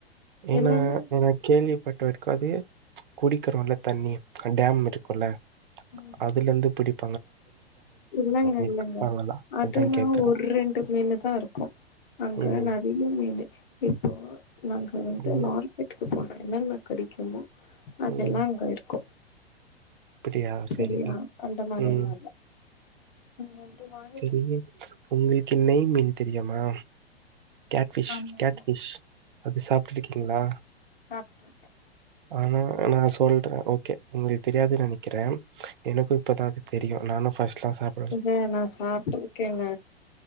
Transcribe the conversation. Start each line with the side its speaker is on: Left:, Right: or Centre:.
Right: ஏன்னா
Left: எல்லாமே
Right: நா கேள்வி பட் இதுக்காதே குடிக்கிறோல்ல தண்ணி டேம் இருக்குல்ல
Left: ம்,
Right: அதுலந்து பிடிப்
Left: இல்லங்க
Right: விப்பாங்களா?
Left: இல்லங்க அதுனா
Right: அதான் கேட்கறேன்.
Left: ஒரு ரெண்டு மீனு தா இருக்கு அங்க
Right: ம்.
Left: நறைய மீனு இப்போ நாங்க வந்து
Right: ம்.
Left: மார்க்கெட்டுக்கு போனா என்னான்னா கேடிக்குமோ அதெல்லா
Right: ம்.
Left: அங்க இருக்கு
Right: அப்படியா?
Left: செரியா
Right: சரிங்க.
Left: அந்த மாரில்லா
Right: ம்.
Left: இல்ல அங்க வந்து வாங்
Right: செரி உங்களுக்கு நெய் மீன் தெரியுமா கேட் பிஷ்
Left: ஆமா
Right: கேட்
Left: ஆமா
Right: பிஷ் அது சாப்டிருக்கீங்களா
Left: சாப்டிருக்கே
Right: ஆனா நா சொல்றே ஓகே உங்களுக்கு தெரியாதுன்னு நெனைக்கிறே எனக்கு இப்பதா அது தெரியு நானு ஃபர்ஸ்ட்லாம் சாப்
Left: எங்க நா சாப்டு இருக்கேங்க